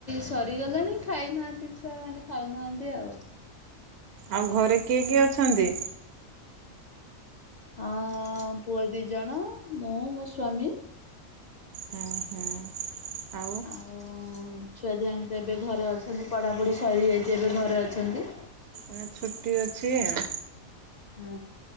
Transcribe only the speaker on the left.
ସରିଗଲାଣି ଖାଇନାହାନ୍ତି ଛୁଆ ମାନେ ଖାଇନାହାନ୍ତି ଆଉ।
ହଁ ପୁଅ ଦି ଜଣ ମୁଁ ମୋ ସ୍ଵାମୀ।
ଆଉ ଛୁଆ ଦିହାଙ୍କ ତ ଏବେ ଘରେ ଅଛନ୍ତି ପଢ଼ାପଢ଼ି ସରିଯାଇଛି ଏବେ ଘରେ ଅଛନ୍ତି।
ହଁ